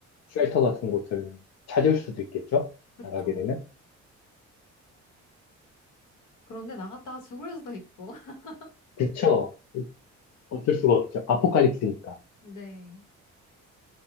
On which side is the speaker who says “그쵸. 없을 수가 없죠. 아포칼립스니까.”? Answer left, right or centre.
Left